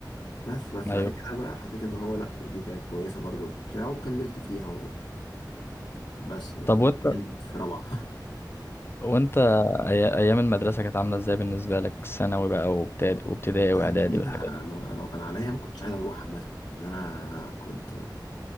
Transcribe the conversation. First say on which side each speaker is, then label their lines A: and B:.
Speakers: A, on the left; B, on the left.
A: بس بس
B: ايوه
A: بعد كده بقى حسيت ان هو لا دي كانت كويسه برضو بتاع وكملت فيها وبس وحاليا
B: طب وانت
A: في روعه
B: وانت أي... ايام المدرسه كانت عامله ازاي بالنسبه لك ثانوي بقى وابتدائي وابتدائي
A: <laughs>
B: واعدادي
A: دي بقى
B: والحاجات
A: انا
B: دي
A: لو كان عليا ما كنتش عايز اروح عامه ان انا كنت